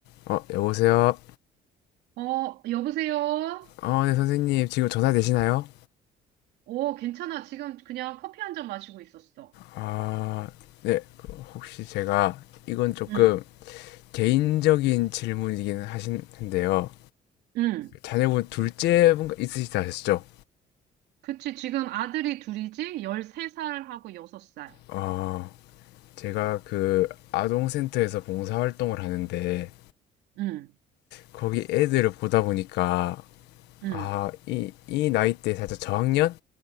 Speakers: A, on the left; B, on the right.
A: 어, 여보세요?
B: 어, 여보세요?
A: 어, 네, 선생님. 지금 전화 되시나요?
B: 오, 괜찮아. 지금 그냥 커피 한잔 마시고 있었어.
A: 아, 네. 그 혹시 제가 이건 조금
B: 응,
A: 개인적인 질문이긴 하신데요.
B: 응.
A: 자녀분 둘째 분 있으시다 하셨죠?
B: 그치. 지금 아들이 둘이지? 13살하고 6살.
A: 어, 제가 그 아동센터에서 봉사활동을 하는데
B: 응,
A: 거기 애들을 보다 보니까
B: 응,
A: 아, 이, 이 나이 때 살짝 저학년?